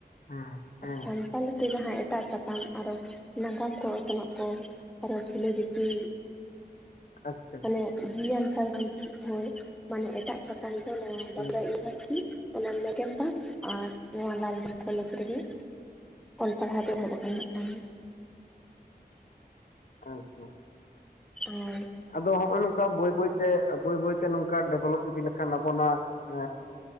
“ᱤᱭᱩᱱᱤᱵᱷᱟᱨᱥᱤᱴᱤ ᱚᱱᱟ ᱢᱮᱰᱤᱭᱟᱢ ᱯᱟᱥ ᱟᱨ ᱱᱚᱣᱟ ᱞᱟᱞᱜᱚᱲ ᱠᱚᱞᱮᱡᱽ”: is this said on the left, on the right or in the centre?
Centre